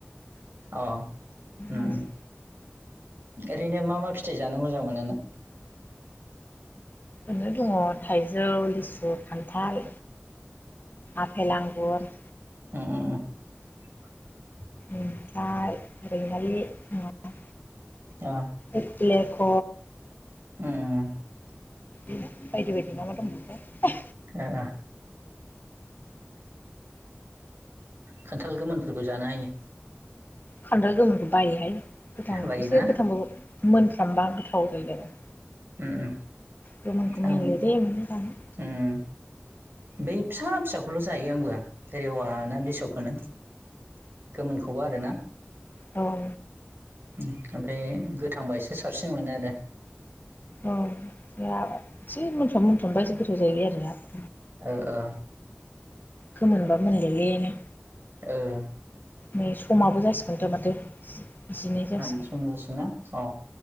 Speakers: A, on the right (about 60°); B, on the left (about 50°).
A: अ उम
B: <unintelligible>
A: उम ओरैनो मा मा फिथाइ जानो मोजां मोनो नों
B: नो दङ थाइजौ लिसु खान्थाल आफेल आंगुर
A: ओम ओम ओम
B: ओमफाय रैमालि <unintelligible>
A: <unintelligible>
B: एप्लेख'
A: उम उम
B: उम बायदि बायदि मा मा दंमोन्थाय
A: ओ ओ खान्थाल गोमोनफोरखौ जानो हायो
B: खान्थाल गोमोन बायोहाय गोथां
A: बायोना
B: एसे गोथांबाबो मोन जाम्बा गोथाव जायो आरो
A: उम
B: गोमोनखौ
A: उम ओं
B: मिलौ दे मोनो जानो
A: उम बै फिसा फिसाखौल' जायो आंबो रेवा ना बिसख होनो गोमोनखौबो आरोना
B: औ
A: उम ओमफाय गोथांबा एसे साबसिन मोनो आरो
B: औ जोंहा एसे मोनफ्रोम मोनफ्रोमबासो एसे गोथाव जाहैबाय आरोना
A: ओ ओ
B: गोमोन बा मोनले-ले नो
A: ओ
B: नै समाबो जासिगोनथ' माथो जिनै जासिगोन
A: ओं सम जासिगोनना अ